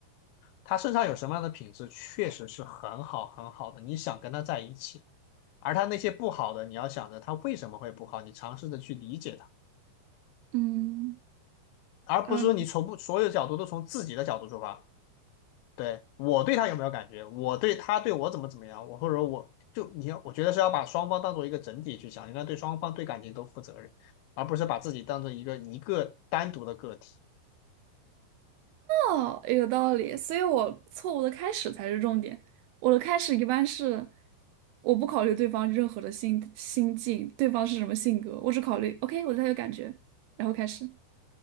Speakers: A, on the left; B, on the right.
A: 他身上有什么样的品质，确实是很好很好的，你想跟他在一起。而他那些不好的，你要想着他为什么会不好，你尝试着去理解他，
B: 嗯
A: 而不是说你从不所有角度都从自己的角度出发。
B: 嗯，
A: 对，我对他有没有感觉，我对他对我怎么怎么样，我或者我就你要，我觉得是要把双方当做一个整体去想，应该对双方对感情都负责任，而不是把自己当成一个一个单独的个体。
B: 哦，有道理。所以我错误的开始才是重点。我的开始一般是我不考虑对方任何的心心境，对方是什么性格，我只考虑 OK，我对他有感觉，然后开始。